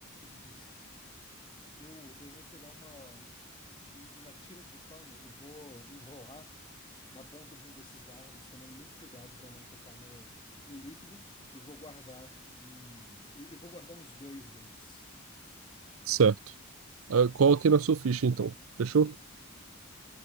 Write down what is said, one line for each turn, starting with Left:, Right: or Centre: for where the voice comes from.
Left: justo. Eu, eu vou pegar uma, um, uma tira de pano e vou enrolar na ponta de um desses dardos, tomando muito cuidado para não tocar no, no líquido, e vou guardar um, e e vou guardar uns dois deles.
Right: Certo. Ah, coloque na sua ficha, então. Fechou?